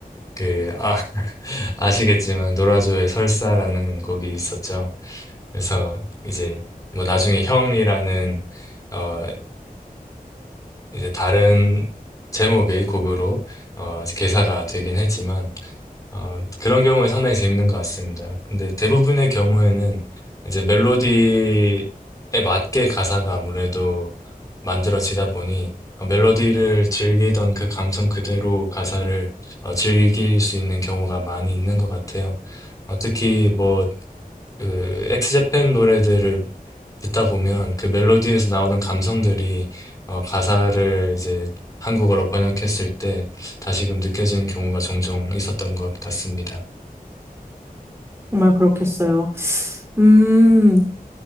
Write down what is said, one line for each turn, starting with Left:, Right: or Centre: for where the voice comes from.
Left: 그, 아, <laughs> 아시겠지만, 노라조의 설사라는 곡이 있었죠. 그래서 이제, 뭐 나중에 형이라는, 어, 이제 다른 제목의 곡으로 어, 이제 개사가 되긴 했지만 어, 그런 경우는 상당히 재밌는 것 같습니다. 근데 대부분의 경우에는 이제 멜로디에 맞게 가사가 아무래도 만들어지다 보니 어, 멜로디를 즐기던 그 감성 그대로 가사를 어, 즐길 수 있는 경우가 많이 있는 것 같아요. 어, 특히 뭐 그 엑스제팬 노래들을 듣다 보면 그 멜로디에서 나오는 감성들이 어, 가사를 이제 한국어로 번역했을 때 다시금 느껴지는 경우가 종종 있었던 것 같습니다.
Right: 정말 그렇겠어요. 음,